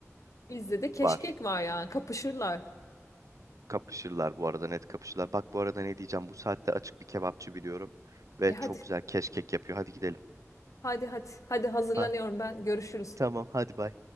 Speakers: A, on the left (about 80°); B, on the right (about 80°).
A: Bizde de keşkek
B: Var.
A: var yani. Kapışırlar.
B: Kapışırlar bu arada net kapışırlar. Bak bu arada ne diyeceğim. Bu saatte açık bir kebapçı biliyorum. Ve
A: E
B: çok
A: hadi.
B: güzel keşkek yapıyor. Hadi gidelim.
A: Hadi hadi. Hadi hazırlanıyorum
B: Ha,
A: ben. Görüşürüz.
B: tamam hadi bay.